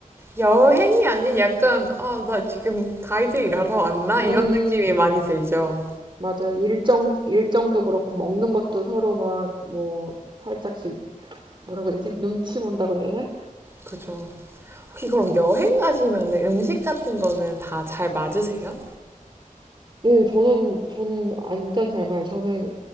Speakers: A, on the right (about 15°); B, on the right (about 35°).
A: 여행이 아닌 약간, 아, 나 지금 가이드 일하러 왔나? 이런
B: 음,
A: 느낌이 많이 들죠.
B: 맞아요. 일정, 일정도 그렇고, 먹는 것도 서로 막, 뭐, 살짝씩, 뭐라고 해야 되지? 눈치 본다고 해야 되나?
A: 그죠. 혹시 그럼 여행 가시면 음식 같은 거는 다 잘 맞으세요?
B: 네, 저는, 저는 완전 잘 말해요. 저는